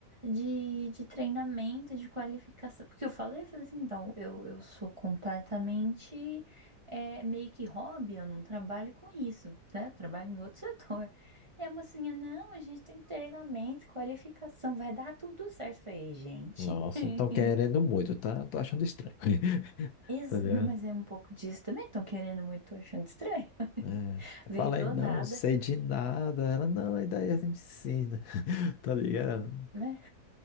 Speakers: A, on the right (about 25°); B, on the left (about 75°).
A: de, de treinamento, de qualificação. Porque eu falei, eu falei assim, então, eu, eu sou completamente é, meio que hobby, eu não trabalho com isso, né? Eu trabalho em outro setor. E a mocinha, não, a gente tem treinamento, qualificação, vai dar tudo certo. Eu falei, gente,
B: Nossa,
A: <laughs>
B: estão querendo muito, tá? Tô achando estranho. <laughs>
A: ex-
B: Entendeu?
A: mas é um pouco disso também, estão querendo muito, tô achando estranho.
B: É. Eu
A: veio
B: falei,
A: do
B: não
A: nada,
B: sei de nada. Ela, não, e daí ela me ensina, <laughs> tá ligado?
A: né?